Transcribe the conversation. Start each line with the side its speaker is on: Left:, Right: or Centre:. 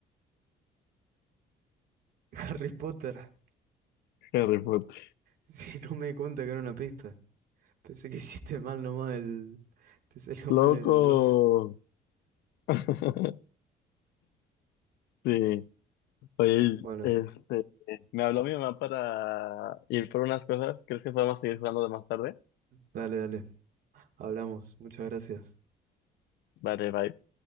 Right: Harry Potter.
Left: Harry Potter.
Right: Si no me di cuenta que era una pista. Pensé que hiciste mal nomás el. Te salió
Left: ¡Loco!
Right: mal el gozo.
Left: <laughs> Sí. Oye,
Right: Bueno,
Left: este... Me habló mi mamá para ir por unas cosas. ¿Crees que podemos seguir jugando de más tarde?
Right: dale, dale. Hablamos. Muchas gracias.
Left: Vale, bye.